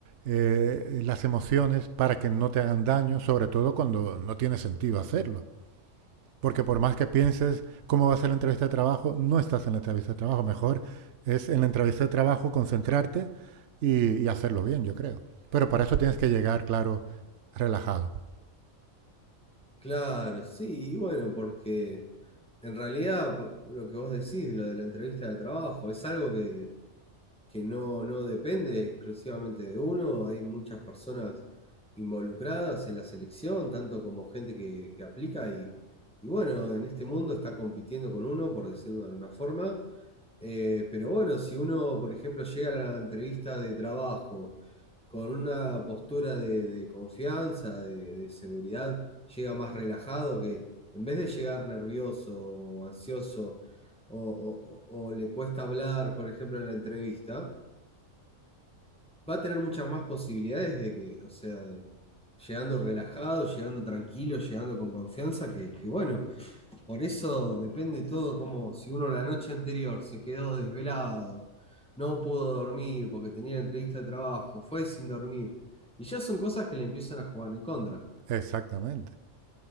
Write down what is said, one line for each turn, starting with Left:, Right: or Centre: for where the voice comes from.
Right: eh, las emociones para que no te hagan daño, sobre todo cuando no tiene sentido hacerlo. Porque por más que pienses cómo va a ser la entrevista de trabajo, no estás en la entrevista de trabajo. Mejor es en la entrevista de trabajo concentrarte y, y hacerlo bien, yo creo. Pero para eso tienes que llegar, claro, relajado.
Centre: Claro, sí, y bueno, porque... En realidad, po- lo que vos decís, lo de la entrevista de trabajo, es algo que, que no, no depende exclusivamente de uno. Hay muchas personas involucradas en la selección, tanto como gente que, que aplica y, y bueno, en este mundo está compitiendo con uno, por decirlo de alguna forma. Eh, pero bueno, si uno, por ejemplo, llega a la entrevista de trabajo con una postura de, de confianza, de, de seguridad, llega más relajado que en vez de llegar nervioso o ansioso o, o- o- o le cuesta hablar, por ejemplo, en la entrevista, va a tener muchas más posibilidades de que, o sea, de- llegando relajado, llegando tranquilo, llegando con confianza, que, que bueno, por eso depende todo como si uno la noche anterior se quedó desvelado, no pudo dormir porque tenía entrevista de trabajo, fue sin dormir. Y ya son cosas que le empiezan a jugar en contra.
Right: Exactamente.